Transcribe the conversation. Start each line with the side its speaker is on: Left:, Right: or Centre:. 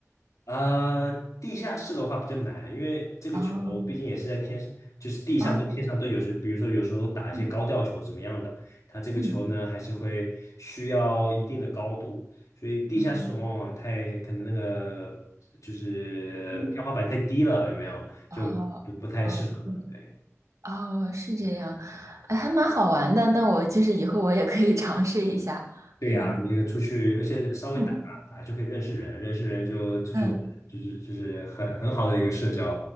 Left: 呃，地下室的话比较难，因为这个球毕竟也是在天上，
Right: <laughs> 哦，
Left: 就是地上跟天上都有时，
Right: 哦，
Left: 比如说有时候打一些高吊球怎么样的，
Right: 嗯
Left: 它这个球呢还是会需要一定的高度，
Right: 嗯
Left: 所以地下室往往太可能那个就是天花板太低了，
Right: 嗯嗯，
Left: 有没有？
Right: 哦哦，
Left: 就不不太适合。
Right: 对，
Left: 对
Right: 哦，是这样，哎还蛮好玩的。那我就是以后我也可以尝试一下。
Left: 对呀，
Right: 嗯
Left: 你那个出去，而且稍微打打就可以认识人，
Right: 嗯
Left: 认识人就出去玩，
Right: 嗯
Left: 就是就是很很好的一个社交，